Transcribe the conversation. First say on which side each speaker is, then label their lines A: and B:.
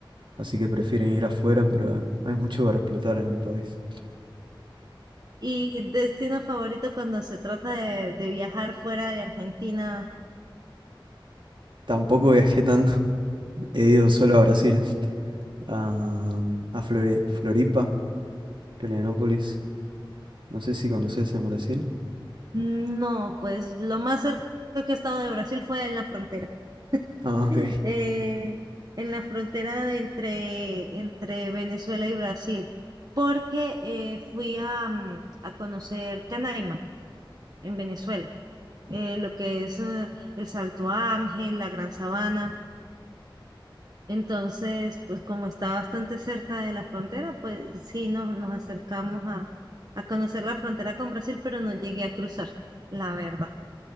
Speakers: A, on the right; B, on the right.
A: así que prefieren ir afuera, pero hay mucho para explotar en el país.
B: y destino favorito cuando se trata de, de viajar fuera de Argentina,
A: Tampoco viajé tanto, <laughs> he ido solo a Brasil, a, a Flore- Floripa, Florianópolis. No sé si conoces en Brasil.
B: no, pues lo más cerca que he estado de Brasil fue en la frontera.
A: Ah, ok.
B: <laughs> eh, en la frontera de entre, entre Venezuela y Brasil, porque eh, fui a, mm, a conocer Canaima en Venezuela, eh, lo que es eh, el Salto Ángel, la Gran Sabana. Entonces, pues como está bastante cerca de la frontera, pues sí nos, nos acercamos a, a conocer la frontera con Brasil, pero no llegué a cruzar, la verdad.